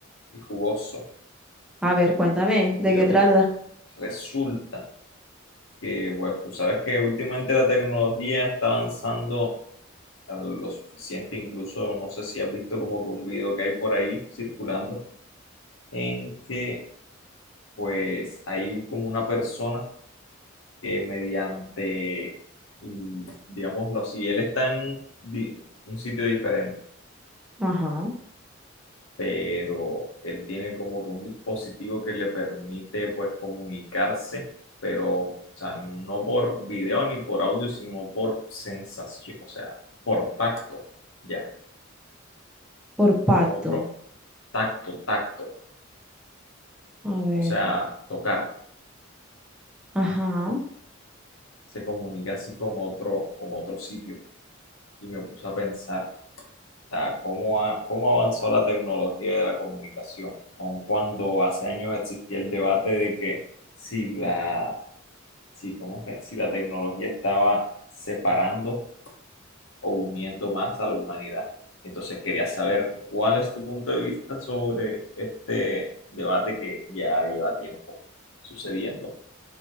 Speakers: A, on the left (about 80°); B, in the centre.
A: y jugoso.
B: A ver, cuéntame, ¿de
A: Mira,
B: qué
A: mira,
B: trata?
A: mira. Resulta que, pues tú sabes que últimamente la tecnología está avanzando a lo suficiente, incluso no sé si has visto como que un video que hay por ahí circulando, en que pues hay como una persona que mediante, mm, digámoslo así, él está en di- un sitio diferente,
B: Ajá.
A: pero él tiene como que un dispositivo que le permite pues comunicarse, pero, o sea, no por video ni por audio, sino por sensación, o sea, por tacto, ya,
B: Por pato.
A: con otro tacto, tacto,
B: A ver.
A: o sea, tocar.
B: Ajá.
A: se comunica así con otro, con otro sitio. Y me puse a pensar, o sea, ¿cómo ha, cómo avanzó la tecnología de la comunicación? Aun cuando hace años existía el debate de que si la, si, ¿cómo es que? si la tecnología estaba separando o uniendo más a la humanidad. Entonces quería saber cuál es tu punto de vista sobre este debate que ya lleva tiempo sucediendo.